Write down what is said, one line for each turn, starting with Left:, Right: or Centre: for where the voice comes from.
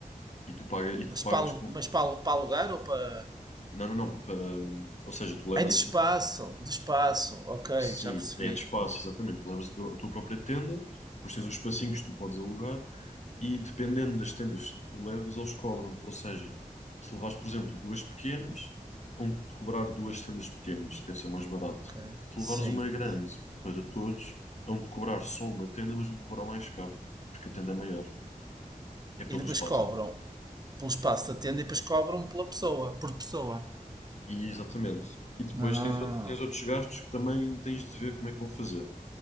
Left: E tu pagas, e tu
Right: Mas
Left: pagas
Right: para, alu-
Left: com...
Right: mas para, alu- para alugar ou para,
Left: Não, não, não. pa- hum, ou seja, tu levas
Right: Aí de espaço,
Left: a tua
Right: de espaço, ok,
Left: Sim,
Right: já percebi.
Left: é de espaço, exatamente. Tu Levas a tua a tua própria tenda, depois tens os espacinhos que tu podes alugar e dependendo das tendas que tu levas, eles cobram-te. Ou seja, se levares, por exemplo, duas pequenas, vão-te cobrar duas tendas pequenas, que deve ser mais barato.
Right: Ok,
Left: Se
Right: sim.
Left: levares uma grande para todos, vão-te cobrar só uma tenda, mas vão-te cobrar mais caro, porque a tenda é maior, é pelo
Right: E depois
Left: espaço.
Right: cobram pelo espaço da tenda e depois cobram pela pessoa, por pessoa.
Left: E exatamente. E depois
Right: Ah,
Left: tens, outro- tens outros gastos que também tens de ver como é que vão fazer.